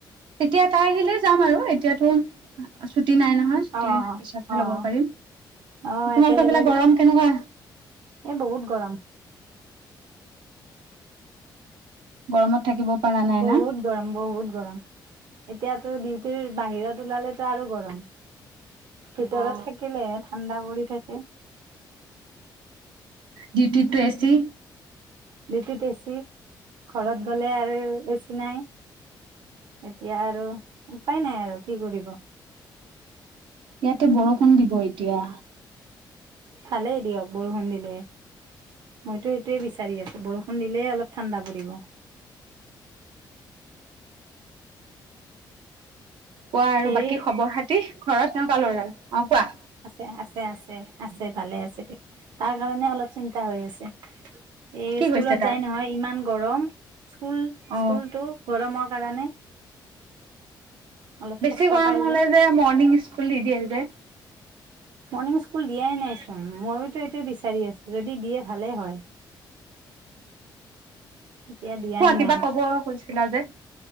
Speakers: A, on the right; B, on the right.
A: তেতিয়া তাই আহিলে যাম আৰু এতিয়াতো, সু নাই নহয় চুটি,
B: অ
A: পিছতহে
B: অ
A: ল'ব পাৰিম।
B: অ
A: তোমালোকৰ
B: একেলগে
A: ফালে গৰম কেনেকুৱা?
B: এ বহুত গৰম
A: গৰমত থাকিব পৰা নাই
B: বহুত
A: না
B: গৰম-বহুত গৰম। এতিয়াতো ডিউটিৰ বাহিৰত ওলালেতো আৰু গৰম। ভিতৰত
A: অ
B: থাকিলে ঠাণ্ডা কৰি থাকে।
A: দুটিত টো এচি?
B: ডউটিত এচি, ঘৰত গলে আৰু এচি নাই। এতিয়া আৰু উপায় নাই আৰু কি কৰিব।
A: ইয়াতে বৰষুণ দিব এতিয়া।
B: ভালেই দিয়ক বৰষুণ দিলে। মইতো সেইটোোৱে বিচাৰি আছো বৰষুণ দিলেই অলপ ঠাণ্ডা পৰিব।
A: কোৱা আৰু
B: হেৰি
A: বাকী খবৰ খাতি, ঘৰত কেনেকুৱা ল'ৰা? অ কুৱো?
B: আছে-আছে আছে, ভালে আছে দিয়। তাৰ কাৰণে অলপ চিন্তা হৈ আছে। এই
A: কি
B: স্কুলত
A: হৈছে তাৰ
B: যাই নহয়, ইমান গৰম। স্কুল
A: অ
B: স্কুলতো গৰমৰ কাৰণে অলপ
A: বেছি
B: কষ্ট
A: গৰম
B: পাই
A: হলে যে মৰ্ণিং স্কুল দি দিয়ে যে
B: মৰ্ণিং স্কুল দিয়াই নাইচোন মইওতো এইটোয়ে বিচাৰি আছো যদি দিয়ে ভালেই হয় এতিয়া দিয়াই
A: হোৱা কিবা
B: নাই
A: কব হৈছিলা যে